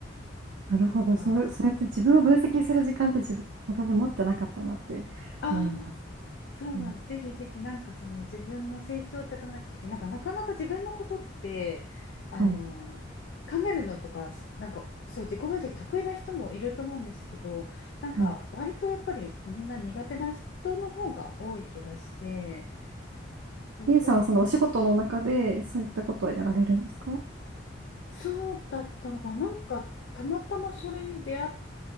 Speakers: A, on the right; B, on the left.
A: なるほど。
B: なんか
A: そう、それやって自分を分析する時間って自分、私持ってなかったなって思います。
B: ああそうなんですぜひぜひなんかその自分の成長って考えた時なんかなかなか自分のことってあの考えるのとかなんかそう自己分析得意な人もいると思うんですけどなんか割とやっぱりみんな苦手な人の方が多い気がして
A: うん。はい。はい。
B: そうで
A: ゆうさんはそのお仕事の中でそういったことはやられるんですか
B: そうだったのかな、なんかたまたまそれに出会っ